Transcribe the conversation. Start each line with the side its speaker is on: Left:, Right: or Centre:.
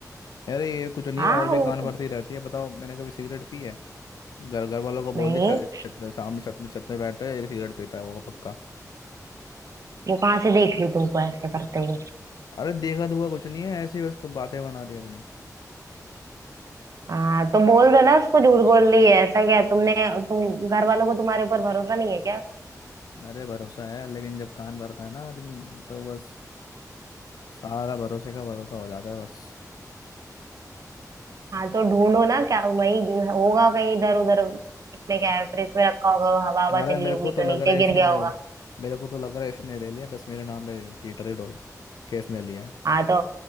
Left: अरे ये कुछ नहीं
Right: हाँ
Left: है और भी
Right: वो
Left: कान
Right: तो
Left: भरती रहती है बताओ मैंने कभी सिगरेट पी है घर घर वालों को बोल
Right: नहीं
Left: दी छ- छत शाम में छत में छत में बैठता है ये सिगरेट पीता है वो पक्का
Right: वो कहाँ से देख ली तुमको ऐसे करते हुए
Left: अरे देखा दुखा कुछ नहीं है ऐसे ही बस बातें बना रही है अपनी
Right: हाँ तो बोल दो ना उसको झूठ बोल रही है ऐसा क्या है? तुमने तुम घर वालों को तुम्हारे ऊपर भरोसा नहीं है क्या
Left: अरे भरोसा है लेकिन जब कान भरता है ना आदमी तो बस सारा भरोसे का भरोसा हो जाता है बस
Right: हाँ तो ढूंढो ना क्या वही होगा कहीं इधर उधर इसमें क्या है फ्रिज में रखा होगा हवा हवा
Left: अरे
Right: चली
Left: मेरे
Right: होगी
Left: को तो
Right: तो
Left: लग
Right: नीचे
Left: रहा है इसने
Right: गिर गया होगा
Left: मेरे को तो लग रहा है इसने ले लिया बस मेरे नाम पे पीटर ही डोल केस ने लिया है
Right: हाँ तो